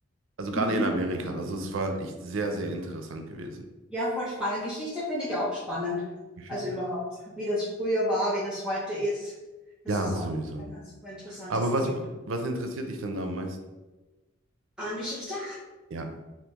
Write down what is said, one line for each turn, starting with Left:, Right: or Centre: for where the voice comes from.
Right: Also gerade
Centre: Mhm.
Right: in Amerika. Also es war echt sehr, sehr interessant gewesen.
Centre: Ja, voll spannend. Geschichte finde ich auch spannend.
Right: Geschichte.
Centre: Also überhaupt, wie das früher war, wie das heute ist. Das
Right: Ja,
Centre: ist
Right: sowieso.
Centre: auch ein super interessantes
Right: Aber was,
Centre: Thema.
Right: was interessiert dich dann da am meisten?
Centre: An Geschichte?
Right: Ja.